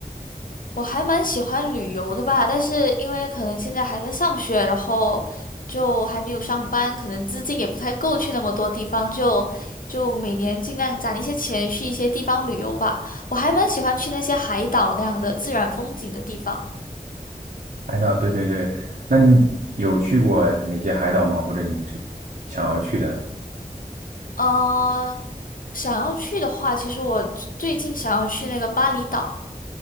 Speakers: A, on the left; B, on the right.
A: 我还蛮喜欢旅游的吧，但是因为可能现在还在上学，然后就还没有上班，可能资金也不太够去那么多地方，就就每年尽量攒一些钱去一些地方旅游吧。我还蛮喜欢去那些海岛那样的自然风景的地方。
B: 海岛，对对对，那你有去过哪些海岛吗？或者你只想要去的？
A: 呃，想要去的话，其实我最近想要去那个巴厘岛。